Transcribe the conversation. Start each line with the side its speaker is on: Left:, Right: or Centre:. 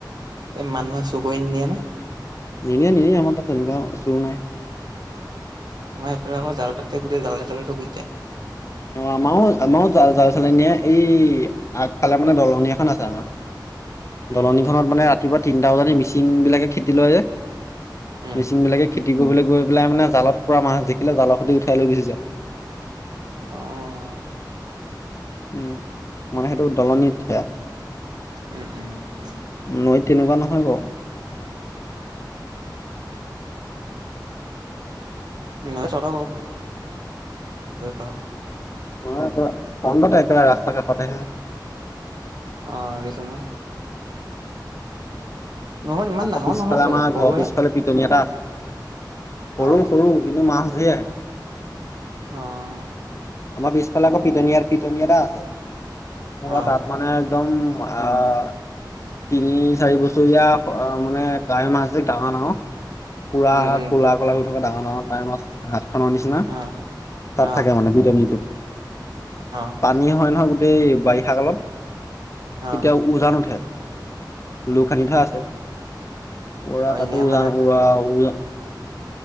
Right: এই মানুহে চুৰ কৰি নিয়ে নে?
Left: নিনিয়ে, নিনিয়ে আমাৰ তাত তেনেকুৱা চুৰ নাই।
Right: আমাৰ এইফালে আকৌ জাল পাতোতে, গোটেই জালে চালে গুচি যায়।
Left: অ'! আমাৰো, আমাৰো জালে চালে নিয়ে। এই, আগফালে মানে, দলনি এখন আছে আমাৰ।
Right: উম,
Left: দলনিখনত মানে ৰাতিপুৱা তিনটা বজাত মিচিং বিলাকে খেতি লয় যে
Right: উম,
Left: মিচিং বিলাকে। খেতি কৰিবলৈ গৈ পেলাই মানে, জালত পৰা মাছ দেখিলে জালৰ সৈতে উঠাই লৈ গুচি যায়।
Right: অঁ!
Left: উম! মানে, সেইটো দলনিত সেয়া
Right: উম! উম!
Left: নৈত তেনেকুৱা নহয় বাৰু।
Right: অ'! চলক <unintelligible>
Left: <unintelligible> ফ্ৰণ্টতে একেবাৰে ৰাস্তা কাষতে।
Right: অ'! দিছে ন'। নহয় ইমান
Left: আকৌ,
Right: ডাঙৰ
Left: পিছফালে
Right: নহয়তো
Left: আমাৰ
Right: সৰুহে
Left: ঘৰৰ পিছফালে পিটনি এটা সৰু,
Right: অ',
Left: সৰু কিন্তু মাছ দিয়াই।
Right: অঁ!
Left: আমাৰ পিছফালে আকৌ পিতনিয়াৰ পিতনি এটা আছে। পৰা
Right: অ',
Left: তাত মানে একদম আ' তিনি, চাৰি বছৰীয়া মানে, কাৱৈ মাছ যে ডাঙৰ, ডাঙৰ পুৰা
Right: উম, উম,
Left: ক'লা ক'লা হৈ থকা। ডাঙৰ, ডাঙৰ কাৱৈ মাছ সাতটা <unintelligible> নিচিনা
Right: অ',
Left: তাত
Right: অ',
Left: থাকে মানে। <unintelligible>
Right: অ',
Left: পানী হয় নহয়। গো গোটেই বাৰিষা কালত।
Right: অ',
Left: তেতিয়া
Right: অ',
Left: উজান উঠে। লো খান্দি থোৱা আছে। পৰা
Right: অ',
Left: তাতো
Right: এনে
Left: উজান
Right: মানে
Left: উৰা উ